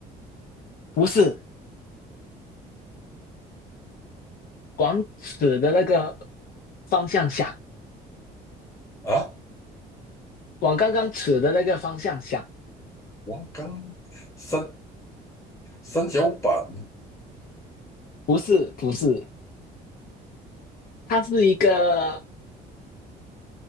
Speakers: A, on the left; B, on the left.
A: 不是往此的那个方向想，
B: 啊，
A: 往刚刚此的那个方向想。
B: 王刚三三角板，
A: 不是，不是，它是一个